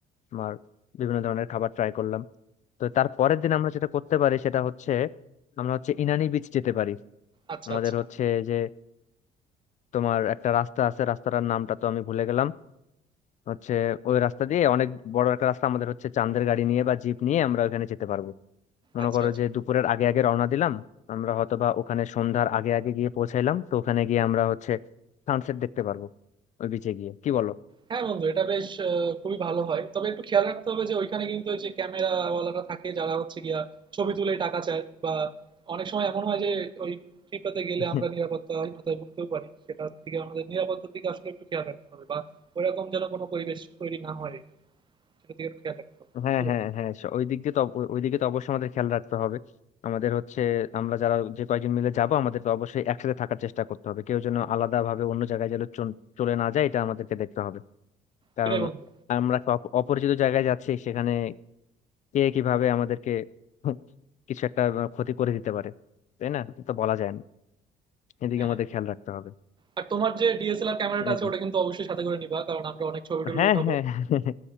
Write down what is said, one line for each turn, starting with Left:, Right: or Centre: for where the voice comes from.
Left: আমার বিভিন্ন ধরনের খাবার ট্রাই করলাম তো তার পরের দিন আমরা যেটা করতে পারি সেটা হচ্ছে আমরা হচ্ছে ইনানি বিচ যেতে পারি
Right: আচ্ছা,
Left: আমাদের
Right: আচ্ছা।
Left: হচ্ছে যে তোমার একটা রাস্তা আছে রাস্তাটার নামটা তো আমি ভুলে গেলাম হচ্ছে ওই রাস্তা দিয়ে অনেক বড় একটা রাস্তা আমাদের হচ্ছে চাঁদের গাড়ি নিয়ে বা জিপ নিয়ে আমরা ওখানে যেতে পারবো মনে
Right: আচ্ছা,
Left: করো
Right: আচ্ছা।
Left: যে দুপুরের আগে আগে রওনা দিলাম আমরা হয়তো বা ওখানে সন্ধ্যার আগে আগে গিয়ে পৌঁছাইলাম তো ওখানে গিয়ে আমরা হচ্ছে সানসেট দেখতে পারবো ওই বিচে গিয়ে কি বলো
Right: হ্যাঁ বন্ধু, এটা বেশ আ খুবই ভালো হয়। তবে একটু খেয়াল রাখতে হবে যে ঐখানে কিন্তু ওই যে ক্যামেরাওয়ালারা থাকে যারা হচ্ছে গিয়া ছবি তুলে টাকা চায় বা অনেক সময় এমন হয় যে ওই ট্রিপটাতে গেলে
Left: হুম।
Right: আমরা নিরাপত্তাহীনতায় ভুগতেও পারি। সেটার দিকে আমাদের নিরাপত্তার দিকে আসলে একটু খেয়াল রাখতে হবে বা ওইরকম যেন কোনো পরিবেশ তৈরি না হয় এখানে। সেটার দিকে একটু খেয়াল রাখতে হবে।
Left: হ্যাঁ
Right: কি
Left: হ্যাঁ
Right: বলো?
Left: হ্যাঁ স- ওই দিক দিয়ে তো অব- ওই দিকে তো অবশ্যই আমাদের খেয়াল রাখতে হবে আমাদের হচ্ছে আমরা যারা যে কয়েকজন মিলে যাব আমাদেরকে অবশ্যই একসাথে থাকার চেষ্টা করতে হবে কেউ যেন আলাদা ভাবে অন্য জায়গায় যেন চন- চলে না যায় এটা আমাদেরকে দেখতে হবে কারণ
Right: সেটাই বন্ধু।
Left: আমরা একটা অপ- অপরিচিত জায়গায় যাচ্ছি সেখানে কে কিভাবে আমাদেরকে <laughs> কিছু একটা ক্ষতি করে দিতে পারে তাই না এটা তো বলা যায় না এদিকে
Right: হ্যাঁ,
Left: আমাদের
Right: হ্যাঁ।
Left: খেয়াল রাখতে হবে
Right: আর তোমার যে DSLR ক্যামেরাটা
Left: এই
Right: আছে
Left: তো
Right: ওটা কিন্তু অবশ্যই সাথে করে নিবা। কারণ আমরা অনেক ছবি-টবি
Left: হ্যাঁ
Right: উঠাবো।
Left: হ্যাঁ <laughs> হ্যাঁ